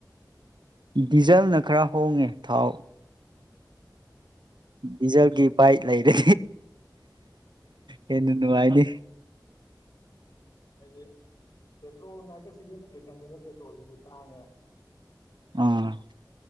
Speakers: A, on the right; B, on the left.
A: ꯗꯤꯖꯜꯅ ꯈꯔ ꯍꯣꯡꯉꯦ ꯊꯥꯎ ꯗꯤꯖꯦꯜꯒꯤ ꯄꯚꯥꯏ ꯂꯩꯔꯦ ꯍꯦꯟꯅ ꯅꯨꯡꯉꯥꯏꯅꯤꯦ
B: ꯦ ꯄꯦꯇ꯭ꯔꯣꯜ ꯅꯥꯀꯦꯁꯤꯒ ꯈꯪꯗꯅ ꯄꯦꯇ꯭ꯔꯣꯜꯗꯨꯁꯨ ꯇꯥꯡꯉꯦ
A: ꯑꯥ